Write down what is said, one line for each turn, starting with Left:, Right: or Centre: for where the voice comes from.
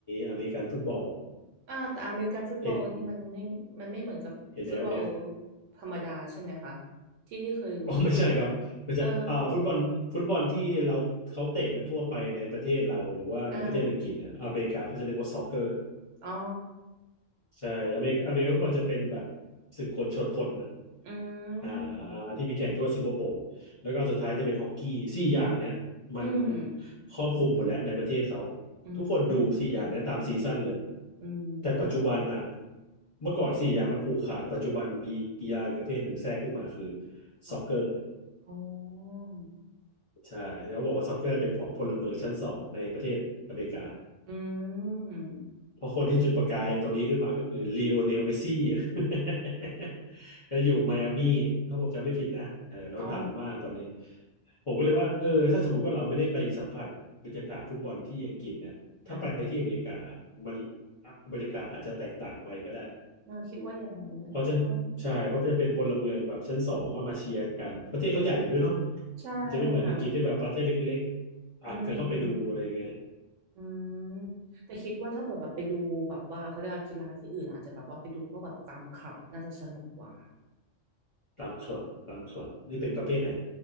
Left: อเมริกันฟุตบอล
Right: อ่าแต่อเมริกันฟุตบอลนี่มันไม่มันไม่เหมือนกับฟุตบอล
Left: N เอ็ l f อลเอฟ
Right: ธรรมดาใช่ไหมคะที่ที่เคยรู้มา
Left: อ๋อไม่ใช่ครับไม่ใช่อ่าฟุตบอลฟุตบอลที่เราเขาเตะกันทั่วไปในประเทศเราหรือว่าในประเทศอังกฤษเนี่ยอเมริกาเขาจะเรียกว่าซ็อกเกอร์
Right: เอ่าอ่าอ๋อ
Left: ใช่อเมริกาอเมริกาฟุตบอลจะเป็นแบบศึกคนชนคนนะ
Right: อื
Left: อ่า
Right: ม
Left: ที่มีแข่งทั่วซูเปอร์โบว์แล้วก็สุดท้ายจะเป็นฮอกกี้สี่อย่างเนี้ยมัน
Right: อืม
Left: ครอบคลุมหมดแล้วในประเทศเขา
Right: อื
Left: ทุกคนดูสี่อย่างเนี้ยตามซีซั่นเลย
Right: มอืม
Left: แต่ปัจจุบันน่ะเมื่อก่อนสี่อย่างมันผูกขาดปัจจุบันมีกีฬาอีกประเภทหนึ่งแทรกขึ้นมาคือ
Right: ค่ะ
Left: ซ็อกเกอร์
Right: อ๋อ
Left: ใช่เขาบอกว่าซ็อกเกอร์เป็นของพลเมืองชั้นสองในประเทศอเมริกา
Right: อืม
Left: เพราะคนที่จุดประกายตรงนี้ขึ้นมาก็คือลีโอเนลเมสซี่ <laughs> แล้วอยู่ไมอามี่ถ้าผมจำไม่ผิดนะเออแล้วดังมากตอนนี้
Right: อ๋อ
Left: ผมก็เลยว่าเออถ้าสมมติว่าเราไม่ได้ไปสัมผัสบรรยากาศฟุตบอลที่อังกฤษเนี่ยถ้าไปที่อเมริกา
Right: ค่ะ
Left: มันอ่ะบรรยากาศอาจจะแตกต่างไปก็ได้
Right: เราคิดว่าอย่างนั้นน่ะต้อง
Left: เพราะจะใช่ เพราะจะเป็นพลเมืองแบบชั้นสองก็มาเชียร์กัน ประเทศเขาใหญ่ด้วยเนาะ
Right: ใช่
Left: มันจะไม่เหมือนอังกฤษที่แบบประเทศเล็กๆอัดกันเข้าไปดูอะไรอย่างเงี้ย
Right: ค่ะอืม อืมแต่คิดว่าถ้าเปิดแบบไปดูแบบว่าเขาเรียกว่ากีฬาที่อื่นอาจจะแบบว่าไปดูพวกแบบตามคลับน่าจะสนุกกว่า
Left: ตามคลับตามคลับนี่เป็นประเภทไหน